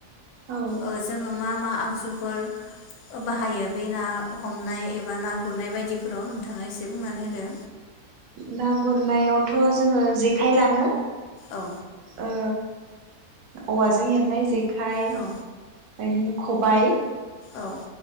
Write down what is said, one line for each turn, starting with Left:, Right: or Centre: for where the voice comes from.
Right: औ
Left: ओ जोङो मा मा आगजुफोर बाहायो बे ना हमनाय एबा ना गुरनाय बायदिफोराव नोंथाङा एसे बुंनानै होदो
Right: ना गुरनायावथ' जोङो जेखाइ लाङो
Left: औ
Right: ओ औवाजों हेबनाय जे खाय
Left: औ
Right: नि खबाय
Left: औ।